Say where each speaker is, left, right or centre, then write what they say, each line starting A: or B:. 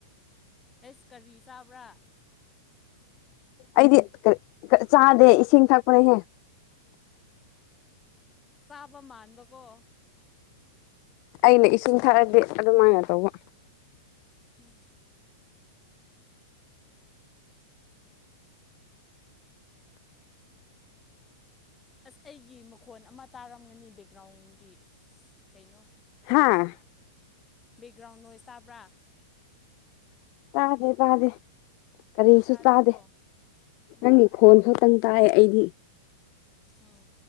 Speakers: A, on the left; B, on the left.
A: ꯍꯁ ꯀꯔꯤ ꯆꯥꯕ꯭ꯔꯥ
B: ꯑꯩꯗꯤ ꯆꯥꯗꯦ ꯏꯁꯤꯡ ꯊꯛꯄꯅꯦꯍꯦ
A: ꯇꯥꯕ ꯃꯥꯟꯕꯀꯣ
B: ꯑꯩꯅ ꯏꯁꯤꯡ ꯊꯛꯔꯗꯤ ꯑꯗꯨꯃꯥꯏꯅ ꯇꯧꯕ
A: ꯎꯝ ꯑꯁ ꯑꯩꯒꯤ ꯃꯈꯣꯟ ꯑꯃ ꯇꯥꯔꯝꯒꯅꯤ ꯕꯦꯛꯒ꯭ꯔꯥꯎꯟꯒꯤ ꯀꯩꯅꯣ
B: ꯍꯥꯥ
A: ꯕꯦꯛꯒ꯭ꯔꯥꯎꯟ ꯅꯣꯏꯁ ꯇꯥꯕ꯭ꯔꯥ
B: ꯇꯥꯗꯦ ꯇꯥꯗꯦ ꯀꯔꯤꯁꯨ
A: ꯇꯥꯗꯦꯀꯣ
B: ꯇꯥꯗꯦ
A: ꯎꯝ
B: ꯅꯪꯒꯤ ꯈꯣꯟ ꯈꯤꯇꯪ ꯇꯥꯏ ꯑꯩꯗꯤ
A: ꯑꯣ